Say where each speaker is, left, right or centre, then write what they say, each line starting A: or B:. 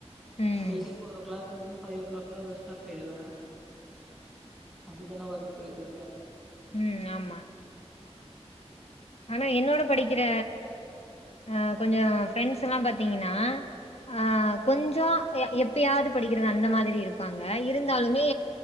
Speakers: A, on the left; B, in the centre.
A: ம்
B: டெய்லி ஃபோர்ரோ கிளாக்ல லுந்து ஃவைவோ கிளாக்லா <unintelligible> ஸ்டாப் போயிடுவேன் அப்படித்தானே ஒர்க் போயிட்டு இருக்கே
A: ம் ஆமா ஆனா என்னோட படிக்கிற அ கொஞ்சோ ஃப்ரெண்ட்ஸ் எல்லாம் பாத்தீங்கன்னா ஆ கொஞ்சோ எப்பயாது படிக்கிறது அந்த மாதிரி இருப்பாங்க இருந்தாலுமே